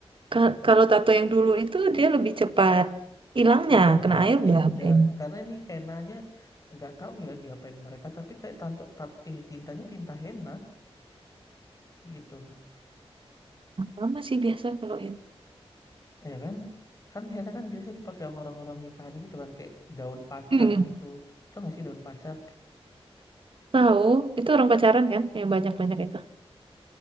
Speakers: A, on the right (about 55°); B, on the left (about 35°).
A: ka- kalau tato yang dulu itu dia lebih cepat hilangnya
B: Hilang
A: kena
B: kan?
A: air
B: Ini
A: udah
B: enggak
A: blank.
B: karena ini henanya enggak tahu ya diapain mereka tapi kayak tanto tat, eh, tintanya tinta henna gitu.
A: lama sih biasa kalau
B: Ya kan? Kan henna kan biasa dipakai sama orang-orang nikahan gitu kan kayak daun pacar
A: enak.
B: gitu. Tau nggak sih daun pacar?
A: Tahu, itu orang pacaran kan yang banyak-banyak itu.